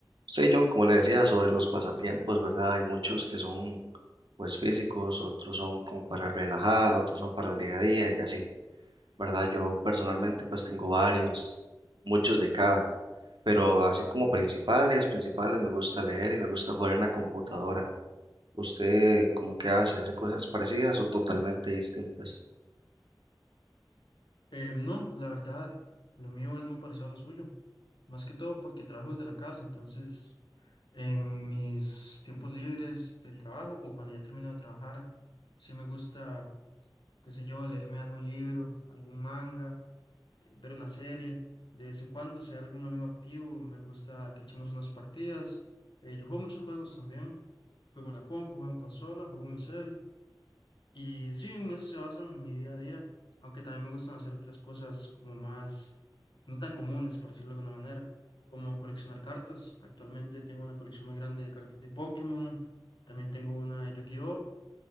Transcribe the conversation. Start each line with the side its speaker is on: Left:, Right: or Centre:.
Right: Sí, John, como le decía, sobre los pasatiempos, ¿verdad? Hay muchos que son pues físicos, otros son como para relajar, otros son para el día a día y así, ¿verdad? Yo personalmente pues tengo varios, muchos de cada, pero así como principales, principales me gusta leer y me gusta jugar en la computadora. ¿Usted cómo que hace? ¿Hace cosas parecidas o totalmente distintas?
Left: Eh, no, la verdad, lo mío es muy parecido a lo suyo, más que todo porque trabajo desde la casa, entonces en mis tiempos libres del trabajo o cuando ya termino de trabajar, sí me gusta, qué sé yo, leerme algún libro, algún manga, eh, ver una serie. De vez en cuando, si hay algún amigo activo, me gusta que echemos unas partidas. Eh, yo juego muchos juegos también, juego en la compu, juego en consola, juego en mi cel. Y sí, en eso se basa en mi día a día, aunque también me gustan hacer otras cosas como más, no tan comunes, por decirlo de alguna manera, como coleccionar cartas. Actualmente tengo una colección muy grande de cartas de Pokémon, también tengo una de Yu-Gi-Oh!